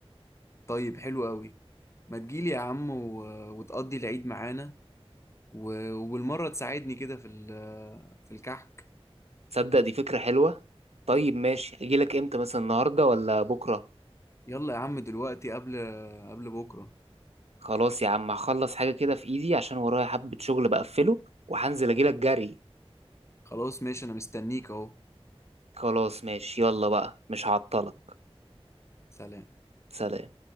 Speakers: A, on the left (about 25°); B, on the right (about 90°).
A: طيب حلو قوي ما تجيلي يا عم و... وتقضي العيد معانا و... وبالمره تساعدني كده في ال... في الكحك
B: تصدق دي فكرة حلوة طيب ماشي اجيلك امتى مثلا النهاردة ولا بكرة
A: يلا يا عم دلوقتي قبل قبل بكره
B: خلاص يا عم هخلص حاجة كده في ايدي عشان ورايا حبة شغل بقفله وهنزل اجيلك جري
A: خلاص ماشي انا مستنيك اهو
B: خلاص ماشي يلا بقى مش هعطلك
A: سلام
B: سلام